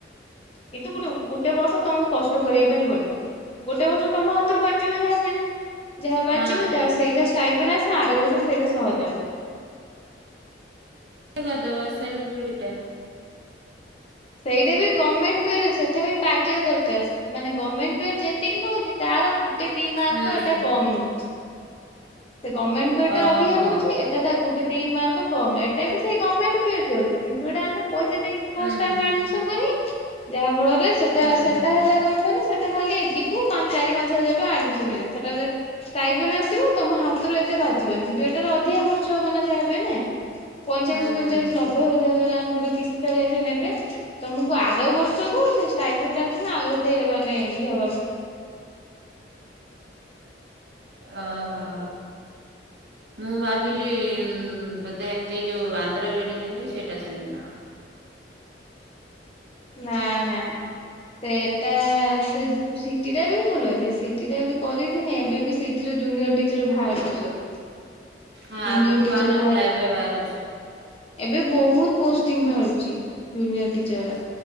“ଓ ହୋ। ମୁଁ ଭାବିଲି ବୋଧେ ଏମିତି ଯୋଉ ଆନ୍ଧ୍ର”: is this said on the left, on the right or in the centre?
Right